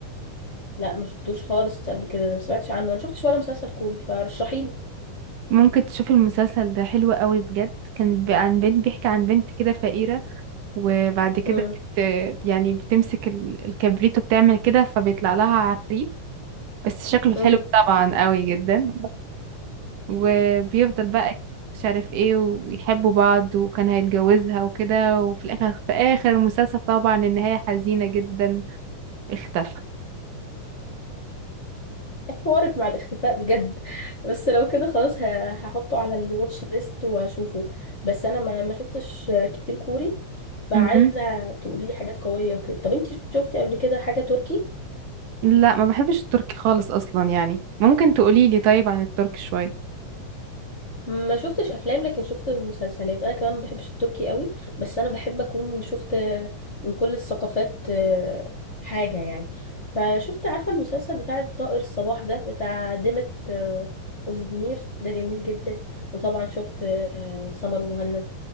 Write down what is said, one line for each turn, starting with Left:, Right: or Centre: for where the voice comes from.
Left: لا ما شفتوش خالص قبل كده ده ما سمعتش عنه انا شفتش ولا مسلسل كوري فرشحيلي
Right: ممكن تشوف المسلسل ده حلو قوي بجد كان ب- عن بنت بيحكي عن بنت كده فقيرة وبعد كده
Left: امم
Right: بت يعني بتمسك ال- الكبريت وبتعمل كده فبيطلع لها عفريت بس شكله حلو
Left: امم
Right: طبعا قوي جدا وبيفضل بقى مش عارف ايه ويحبوا بعض وكان هيتجوزها وكده وفي الاخر في اخر المسلسل طبعا النهاية حزينة جدا اختفى
Left: حوارك مع الاختفاء بجد بس لو كده خلاص ه- هحطه على الواتش ليست واشوفه بس انا ما ما شفتش كتير كوري فعايزه
Right: مهم.
Left: تقولي لي حاجات قويه وكده طب انتي شفتي قبل كده حاجه تركي
Right: لا ما بحبش التركي خالص اصلا يعني ممكن تقولي لي طيب عن التركي شوية
Left: ما شفتش افلام لكن شفت مسلسلات انا كمان ما بحبش التركي قوي بس انا بحب اكون شفت من كل الثقافات آه، حاجه يعني فشفت عارفه المسلسل بتاع الطائر الصباح ده بتاع ديمت آه، أوزدمير ده جميل جدا وطبعا شفت آه، سمر ومهند